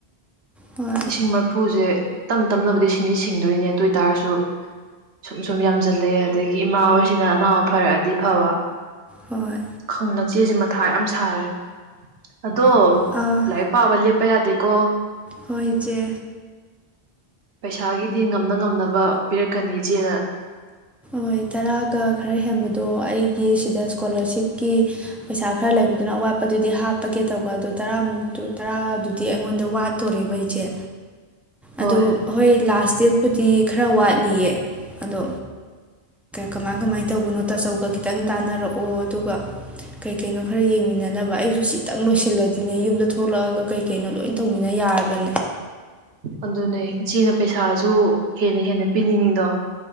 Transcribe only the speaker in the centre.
ꯍꯣꯏ
ꯍꯣꯏ
ꯑꯥ
ꯍꯣꯏ ꯏꯆꯦ
ꯍꯣꯏ ꯇꯔꯥꯒ ꯈꯔ ꯍꯦꯟꯕꯗꯣ ꯑꯩꯒꯤ ꯁꯤꯗ ꯁ꯭ꯀꯣꯂꯥꯔꯁꯤꯞꯀꯤ ꯄꯩꯁꯥ ꯈꯔ ꯂꯩꯕꯗꯨꯅ ꯑꯋꯥꯠꯄꯗꯨꯗꯤ ꯍꯥꯞꯄꯒꯦ ꯇꯧꯕ ꯑꯗꯨ ꯇꯔꯥꯃꯨꯛꯇꯨ ꯇꯔꯥꯗꯨꯗꯤ ꯑꯩꯉꯣꯟꯗ ꯋꯥꯠ ꯇꯣꯔꯦꯕ ꯏꯆꯦ
ꯑꯗꯨ ꯍꯣꯏ ꯂꯥꯁ ꯗꯦꯠꯄꯨꯗꯤ ꯈꯔ ꯋꯥꯠꯂꯤꯌꯦ ꯑꯗꯣ ꯀꯃꯥꯏ ꯀꯃꯥꯏꯟ ꯇꯧꯕꯅꯣ ꯇꯥꯆꯧꯒ ꯈꯤꯇꯪ ꯇꯥꯟꯅꯔꯛꯑꯣ ꯑꯗꯨꯒ ꯀꯩ ꯀꯩꯅꯣ ꯈꯔ ꯌꯦꯡꯃꯤꯟꯅꯅꯕ ꯑꯩꯁꯨ ꯁꯤꯇꯪ ꯂꯣꯏꯁꯤꯜꯂꯗꯤꯅꯦ ꯌꯨꯝꯗ ꯊꯣꯛꯂꯛꯑꯒ ꯀꯩ ꯀꯩꯅꯣ ꯂꯣꯏ ꯇꯧꯃꯤꯟꯅ ꯌꯥꯔꯕꯅꯦ